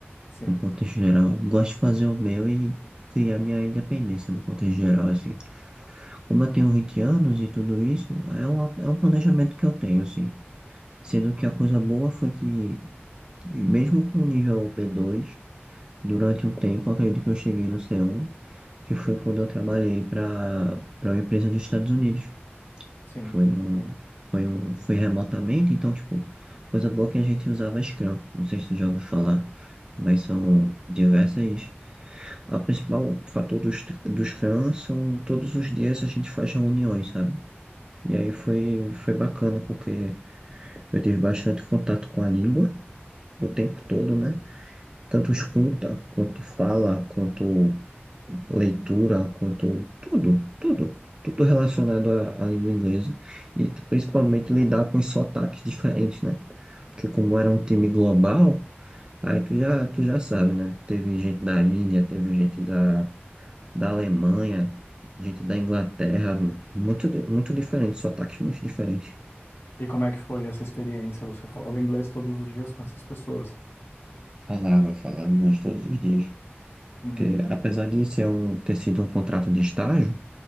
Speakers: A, on the left; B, on the right.
A: sim,
B: No contexto geral. Eu gosto de fazer o meu e criar minha independência no contexto geral, assim. Como eu tenho 20 anos e tudo isso, é, uma, é um planejamento que eu tenho, assim. Sendo que a coisa boa foi que, mesmo com o nível b dois Durante um tempo, eu acredito que eu cheguei no C1, que foi quando eu trabalhei para para uma empresa dos Estados Unidos.
A: sim.
B: Foi um foi um foi remotamente, então tipo, coisa boa que a gente usava Scrum. Não sei se tu já ouviu falar, mas são diversas. A principal fator do, Scr- do Scrum são todos os dias a gente faz reuniões, sabe? E aí foi foi bacana porque eu tive bastante contato com a língua o tempo todo, né? Tanto escuta, quanto fala, quanto leitura, quanto tudo, tudo, tudo relacionado à, à língua inglesa e principalmente lidar com os sotaques diferentes, né? Porque como era um time global, aí tu já, tu já sabe, né? Teve gente da Índia, teve gente da, da Alemanha, gente da Inglaterra, muito, di- muito diferente, sotaques muito diferentes.
A: E como é que foi essa experiência? Você falava inglês todos os dias com essas pessoas?
B: Falava, falava inglês todos os dias.
A: Uhum,
B: Porque, apesar de ser um, ter sido um contrato de estágio,